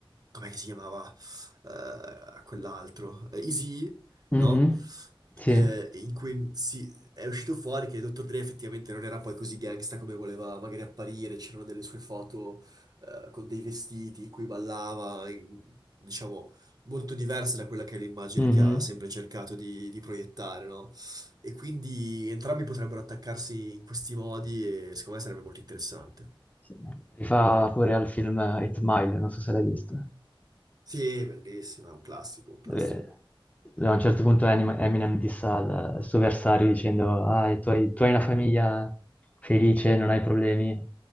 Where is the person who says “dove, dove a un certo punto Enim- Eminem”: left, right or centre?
Left